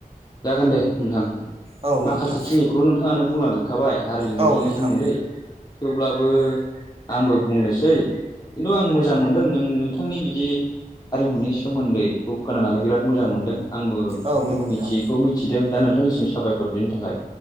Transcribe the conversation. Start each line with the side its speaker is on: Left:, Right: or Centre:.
Left: जागोन दे नोंथां
Right: औ
Left: माखासे
Right: नोंथां
Left: खिनिखौथ' नोंथाङानो बुंलांजोबखाबाय हारिमुनि
Right: औ नोंथां
Left: सोमोन्दै थेवब्लाबो आंबो बुंनोसै खिन्थु आं मोजां मोनदों नों नोंथांनि बिदि हारिमुनि सोमोन्दैखौ खोनानानै बिराद मोजां मोनदों आंबो
Right: औ नंगौ नोंथां
Left: मिथियैखौ मिथिदों दा नोंथांनिसिम साबायखर बिनि थाखाय